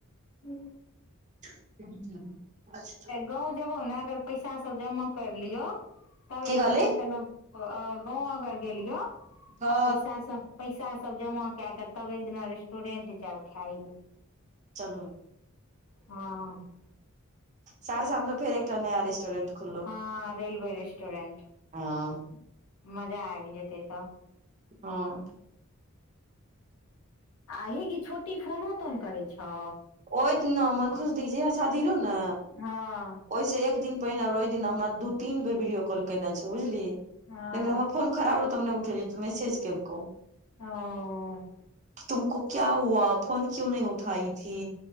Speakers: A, on the left; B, on the right.
A: हूँ
B: <inaudible>
A: गाँव जेबहो ने अगर पैसा सब जमा करिलियो तब
B: की
A: एक
B: कहली
A: दिना चलऽ आ--गाँव अगर गेलियो
B: हँ
A: आ पैसा सब पैसा सब जमा कैयाकअ तब एक दिना रेस्टरेंट जाबि खायला
B: चलू
A: हँ
B: सहरसामे तअ फेर एकटा नया रेस्टोरेंट खुललौ
A: हँ रेलवे रेस्टोरेंट
B: हँ
A: मजा आबि जेतै तऽ
B: हँ
A: आ हेगे छोटी फोनो तोन करै छौ
B: ओहि दिना मन खुश दी कें जाहिया शादी रहौ न
A: हँ
B: ओहिस एक दिन पहिने ओहि दिन हमरा दू तीन बेर वीडियो कॉल केने छौ बुझलिहि
A: हँ
B: लेकिन हमर फोन खराब रहौ तअ हम नहि उठेलियो तऽ मैसेज केलकौ
A: हँ अ
B: तुमको क्य हुआ फोन क्यो नहि उठाई थी